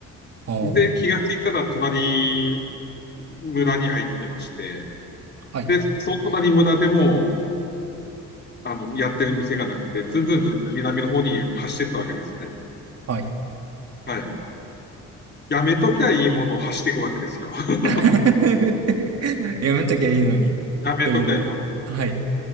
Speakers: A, on the right (about 55°); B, on the left (about 35°).
A: おー。
B: で、気がついたら隣村に入ってまして、
A: はい。
B: で、その隣村でも、あの、やってる店がなくて、ずんずんずんずん南の方に走ってったわけですね。
A: はい
B: はい。やめときゃいいものを走っていくわけですよ。<laughs>
A: <laughs> やめときゃいいのに。
B: やめときゃいいもの。
A: というの。はい。